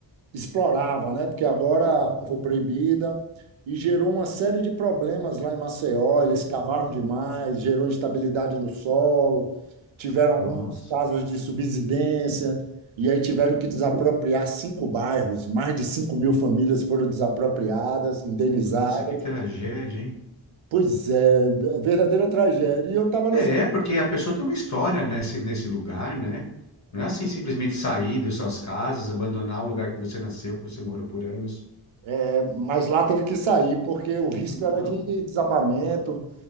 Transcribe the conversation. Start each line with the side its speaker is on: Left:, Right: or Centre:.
Right: explorava, né? Porque agora foi proibida e gerou uma série de problemas lá em Maceió. Eles cavaram demais, gerou instabilidade do solo, tiveram alguns
Left: nossa,
Right: casos de subsidência, e aí tiveram que desapropriar cinco bairros, mais de 5 mil famílias foram desapropriadas, indenizadas.
Left: nossa, que tragédia, hein?
Right: Pois é, é verdadeira tragédia. E eu estava
Left: É,
Right: nesse.
Left: porque a pessoa tem uma história nesse, nesse lugar, né? Não é assim simplesmente sair das suas casas, abandonar o lugar que você nasceu, que você morou por anos.
Right: é, Mas lá teve que sair, porque o risco
Left: Então,
Right: era de desabamento.